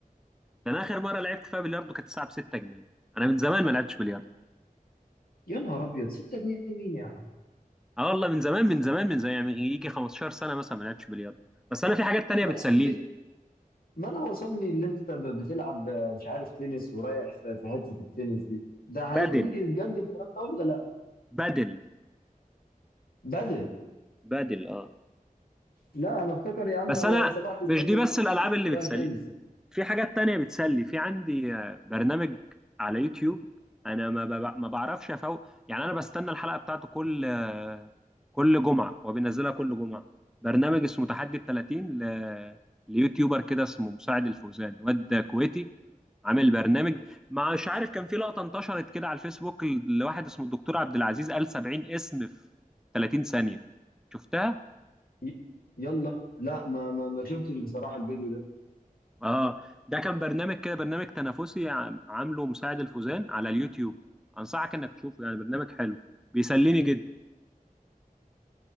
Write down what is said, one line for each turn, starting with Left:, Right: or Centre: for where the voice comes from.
Centre: ده انا اخر مره لعبت فيها بلياردو كانت الساعه ب 6 جنيه انا من زمان ما لعبتش بلياردو
Left: <laughs> يا نهار ابيض 6 جنيه مين يا عم
Centre: اه والله من زمان من زمان من زمان يعني يجي 15 سنه مثلا ما لعبتش بلياردو بس انا في حاجات تانية
Left: ما
Centre: بتسليني
Left: انا صاحبي ما انا وصلني اللي انت ب- بتلعب آه، مش عارف تنس ورايح في في حته التنس دي ده حقيقي
Centre: بدل
Left: بجد الكلام ده ولا لا
Centre: بدل
Left: بدل
Centre: بدل اه
Left: لا انا افتكر يا عم
Centre: بس
Left: انا
Centre: انا
Left: سمعت
Centre: مش
Left: زي اللي
Centre: دي بس الالعاب
Left: كنت
Centre: اللي
Left: رايح
Centre: بتسليني
Left: تنس
Centre: في حاجات تانية بتسلي في عندي آه، برنامج على يوتيوب انا ما بب- ما بعرفش افوق يعني انا بستنى الحلقة بتاعته كل آه، كل جمعة هو بينزلها كل جمعة برنامج اسمه تحدي ال 30 ل... ليوتيوبر كده اسمه مساعد الفوزان واد كويتي عامل برنامج مش عارف كان في لقطة انتشرت كده على الفيسبوك لواحد اسمه الدكتور عبد العزيز قال 70 اسم في 30 ثانية شفتها
Left: ي- يلا لا ما ما ما شفتش بصراحه الفيديو ده
Centre: اه ده كان برنامج كده برنامج تنافسي عم- عامله مساعد الفوزان على اليوتيوب انصحك انك تشوفه يعني برنامج حلو بيسليني جدا